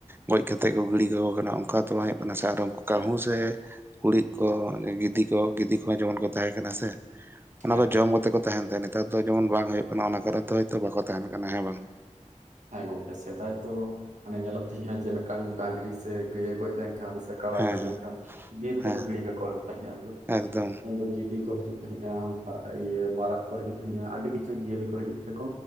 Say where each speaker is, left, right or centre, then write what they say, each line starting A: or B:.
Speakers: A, on the right; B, on the right.
A: ᱜᱚᱡ ᱠᱟᱛᱮᱫ ᱠᱚ ᱜᱤᱲᱤ ᱠᱟᱠᱚ ᱠᱟᱱᱟ ᱚᱱᱠᱟ ᱛᱚ ᱵᱟᱝ ᱦᱩᱭᱩᱜ ᱠᱟᱱᱟ ᱥᱮ ᱟᱨ ᱠᱟᱹᱦᱩ
B: ᱦᱮᱸ
A: ᱥᱮ ᱠᱩᱲᱤᱫ, ᱠᱚ ᱜᱤᱫᱤ, ᱠᱚ ᱜᱤᱫᱤ, ᱠᱚᱦᱚᱸ ᱡᱮᱢᱚᱱ ᱠᱚ ᱛᱟᱦᱮᱸ ᱠᱟᱱᱟ ᱥᱮ ᱚᱱᱟ
B: ᱦᱮᱸ
A: ᱠᱚ ᱡᱚᱢ ᱠᱟᱛᱮ ᱠᱚ ᱛᱟᱦᱮᱱ ᱛᱟᱭᱟ ᱱᱮᱛᱟᱨ ᱫᱚ ᱡᱮᱢᱚᱱ ᱵᱟᱝ ᱦᱩᱭᱩᱜ ᱠᱟᱱᱟ ᱚᱱᱟ ᱠᱟᱨᱚᱱ ᱫᱚᱭᱛᱳ ᱵᱟᱠᱚ ᱛᱟᱦᱮᱱ ᱠᱟᱱᱟ ᱦᱮᱸ ᱵᱟᱝ᱾
B: ᱦᱮᱸ ᱜᱚᱝᱠᱮ ᱥᱮᱫᱟᱭ ᱫᱚ ᱢᱟᱱᱮ ᱧᱮᱞᱚᱜ ᱛᱟᱦᱮᱸᱜ-ᱟ ᱡᱮ ᱢᱤᱫᱴᱟᱝ ᱰᱟᱝᱨᱤ ᱥᱮ ᱜᱟᱹᱭ ᱮ ᱜᱚᱡ ᱞᱮᱱᱠᱷᱟᱱ ᱥᱮ ᱠᱟᱲᱟᱭ
A: ᱦᱮᱸ
B: ᱜᱚᱡ
A: ᱦᱮᱸ
B: ᱞᱮᱱᱠᱷᱟᱱ ᱵᱤᱨ
A: ᱦᱮᱸ
B: ᱛᱮ ᱠᱚ ᱜᱤᱲᱤ ᱠᱟᱠᱚ ᱛᱟᱦᱮᱱᱟ, ᱟᱢ ᱫᱚ
A: ᱮᱠᱫᱚᱢ
B: ᱩᱱ ᱫᱚ ᱜᱤᱫᱤ ᱠᱚᱤᱡᱩᱜ ᱦᱟᱡᱩᱜ ᱛᱟᱦᱮᱸᱜ-ᱟ ᱤᱭᱟᱹ ᱢᱟᱨᱟᱜ ᱠᱚ ᱦᱤᱡᱩᱜ ᱛᱟᱦᱮᱸᱜ-ᱟ ᱟᱹᱰᱤ ᱠᱤᱪᱷᱩ ᱡᱤᱭᱟᱹᱞᱤ ᱠᱚ ᱦᱤᱡᱩᱜ ᱛᱮᱠᱚ,